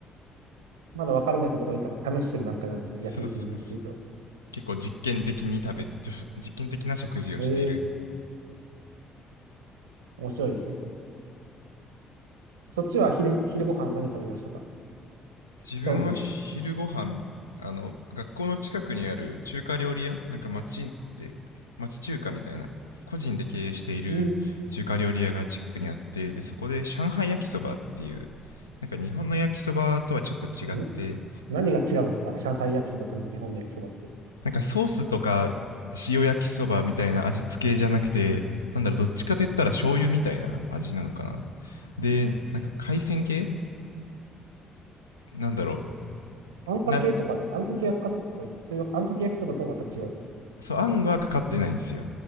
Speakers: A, on the right (about 80°); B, on the left (about 85°).
A: まだわからないことが多いから試してる段階なんですね。焼肉については。
B: そうそうそう結構実験的に食べて実験的な食事をしている
A: へえ、面白いですね。そっちは昼、昼ご飯何食べましたか
B: 自分は昼ご飯あの学校の近くにある中華料理屋なんか町で町中華みたいな個人で経営している中華料理屋が近くにあってでそこで上海焼きそばっていう
A: 今日の昼です。うん。
B: なんか日本の焼きそばとはちょっと違って
A: ん何が違うんですか上海焼きそばと日本の焼きそばって。
B: なんかソースとか塩焼きそばみたいな味付けじゃなくてなんだろうどっちかといったら醤油みたいな味なのかなでなんか海鮮系なんだろ
A: あんかけとかですかあんかけがかかった、
B: うな
A: それはあんかけ焼きそばとはまた違うんです。
B: そうあんはかかってないんですよ